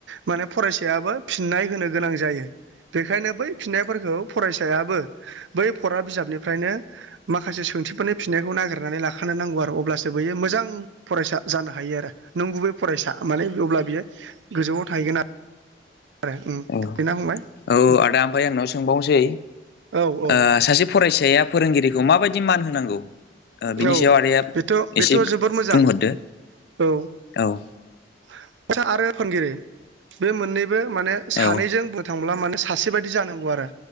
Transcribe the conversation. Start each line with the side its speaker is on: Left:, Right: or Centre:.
Right: माने फरायसायाबो फिननाय होनो गोनां जायो । बेखायनो बै फिननायफोरखौ फरायसायाबो बै फरा बिजाबनिफ्रायनो माखासे सोंथिफोरनि फिननायखौ नागिरनानै लाखानो नांगौ आरो अब्लासो बैयो मोजां फरायसा जानो हायो आरो नंगुबै फरायसा माने अब्ला बियो गोजौआव थाहैगोन आरो । <unintelligible>
Left: औ औ आदा ओमफ्राय आंनाव सोंबावनोसै
Right: औ औ
Left: ओ सासे फरायसाया फोरोंगिरि खौ माबायदि मान होनांगौ? ओह बिनि
Right: औ
Left: सायाव आदाया
Right: बेथ' बेथ'
Left: एसे
Right: जोबोद मोजां
Left: बुंहरदो
Right: औ
Left: औ ।
Right: <unintelligible> बे मोननैबो माने सानैजों
Left: औ
Right: बुंनो थांब्ला माने सासेबायदि जानांगौ आरो